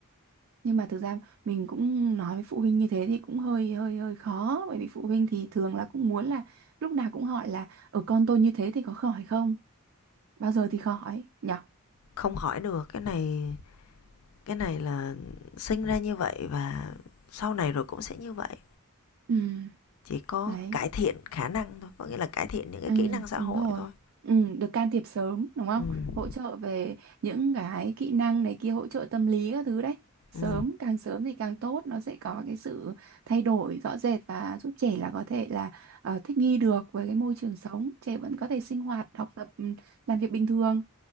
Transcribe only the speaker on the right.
nhưng mà thực ra mình cũng nói với phụ huynh như thế thì cũng hơi hơi hơi khó bởi vì phụ huynh thì thường là cũng muốn là lúc nào cũng hỏi là ở con tôi như thế thì có khỏi không bao giờ thì khỏi nhở
Ừ.
đấy
Ừ,
đúng
rồi.
Ừ, được can thiệp sớm, đúng không?
Hỗ trợ về những cái kỹ năng này kia, hỗ trợ tâm lý các thứ đấy. Sớm,
càng sớm thì càng tốt, nó sẽ có cái sự thay đổi rõ rệt và giúp trẻ là có thể là ờ, thích nghi được với cái môi trường sống. Trẻ vẫn có thể sinh hoạt, học tập, ừ, làm việc bình thường,